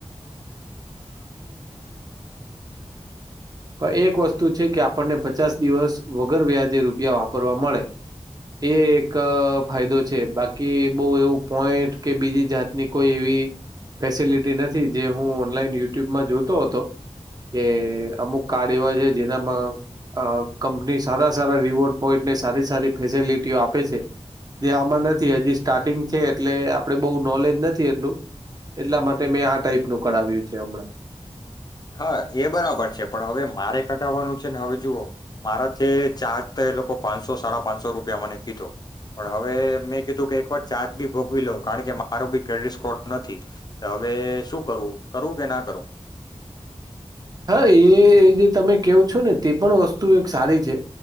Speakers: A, on the right (about 35°); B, on the left (about 40°).
A: પણ એક વસ્તુ છે કે આપણને પચાસ દિવસ વગર વ્યાજે રૂપિયા વાપરવા મળે, એ એક ફાયદો છે બાકી બહુ એવું પોઈન્ટ કે બીજી જાતની કોઈ એવી ફેસિલિટી નથી જે હું ઓનલાઈન યુટ્યુબમાં જોતો હતો કે અમુક કાર્ડ એવા છે જેનામાં કંપની સારા સારા રિવોર્ડ પોઈન્ટને સારી સારી ફેસિલિટીઓ આપે છે જે આમાં નથી હજી સ્ટાર્ટિંગ છે એટલે આપડે બહુ નોલેજ નથી એટલું એટલા માટે મેં આ ટાઈપનું કરાવ્યું છે હમણાં
B: હા એ બરાબર છે પણ હવે મારે કઢાવવાનું છે ને હવે જુઓ મારાથી ચાર્જ તો એ લોકો પાંચસો સાડા પાંચસો રૂપિયા મને કીધો પણ હવે મેં કીધું કે એક વાર ચાર્જ બી ભોગવી લઉં કારણ કે મારો બી ક્રેડિટ સ્કોર નથી. તો હવે શું કરવું કરવું કે ના કરું
A: હા એ જે તમે કેવો છો ને તે પણ વસ્તુ એક સારી છે.